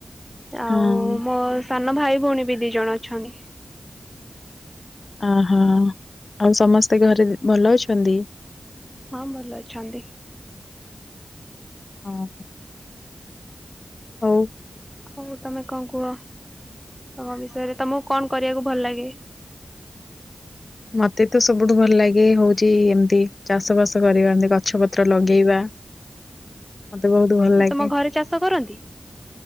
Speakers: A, in the centre; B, on the left.
A: ଆଉ
B: ହଁ
A: ମୋ ସାନ ଭାଇ ଭଉଣୀ ବି ଦି ଜଣ ଅଛନ୍ତି।
B: ଅ- ହଁ ଆଉ ସମସ୍ତେ ଘରେ ଭଲ ଅଛନ୍ତି?
A: ହଁ ଭଲ ଅଛନ୍ତି।
B: ଓ ହୋ ହଉ।
A: ହଉ ତମେ କଣ କୁହ, ତମ ବିଷୟରେ ତମକୁ କଣ କରିବାକୁ ଭଲ ଲାଗେ?
B: ମତେ ତ ସବୁଠୁ ଭଲ ଲାଗେ ହଉଚି, ଏମତି ଚାଷ ବାସ କରିବା ଏମିତି ଗଛ ପତ୍ର ଲଗେଇବା। ମତେ ବହୁତ୍ ଭଲ ଲାଗେ।
A: ତମ ଘରେ ଚାଷ କରନ୍ତି?